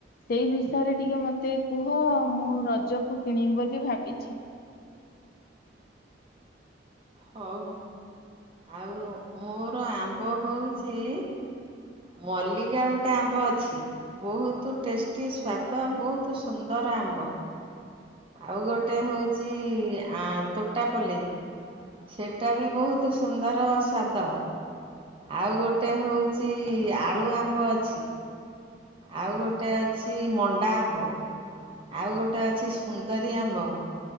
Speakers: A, on the left; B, on the right.
A: ସେଇ ବିଷୟରେ ଟିକେ ମତେ କୁହ ମୁଁ ରଜକୁ କିଣିବି ବୋଲି ଭାବିଚି।
B: ହଉ ଆଉ ମୋର ଆମ୍ବ ହଉଚି ମଲ୍ଲିକା ଗୋଟେ ଆମ୍ବ ଅଛି। ବହୁତ ଟେଷ୍ଟି ସ୍ଵାଦ ବହୁତ ସୁନ୍ଦର ଆମ୍ବ। ଆଉ ଗୋଟେ ହଉଛି ଆ ତୋଟାପଲେଇ। ସେଟା ବି ବହୁତ ସୁନ୍ଦର ସ୍ଵାଦ। ଆଉ ଗୋଟେ ହଉଚି ଆଳୁ ଆମ୍ବ ଅଛି। ଆଉ ଗୋଟେ ଅଛି ମଣ୍ଡା ଆମ୍ବ। ଆଉ ଗୋଟେ ଅଛି ସୁନ୍ଦରୀ ଆମ୍ବ।